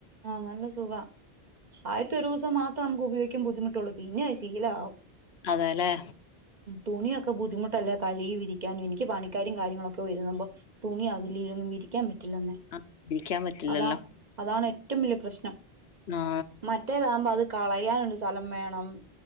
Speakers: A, on the right (about 45°); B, on the left (about 75°).
A: ആ നല്ല സുഖാ ആയിത്തൊരു സ് ഇത് മാത്തം നമുക്ക് ഉപയോഗിക്കാൻ ബുദ്ധിമുട്ടൊള്ളൂ പിന്നെ ശീല ആവും
B: അതെല്ലേ
A: തുണിയൊക്ക ബുദ്ധിമുട്ടല്ലേ കഴികി വിരി എനിക്ക് പണിക്കാരിം കാര്യങ്ങളൊ പ്പം വിരുന്നുമ്പോ തുണി അതിലിരുന്ന് വിരിക്കാൻ പ ഇല്ലന്നേ
B: ആ ഇരിക്കാൻ പറ്റില്ലല്ലോ
A: അതാ അതാണ് ഏ റ്റം വല്ല്യ പ്രശ്നം
B: ആ
A: മറ്റേതാവുമ്പോ അത് കളയാനൊരു സ്ഥലം മേണം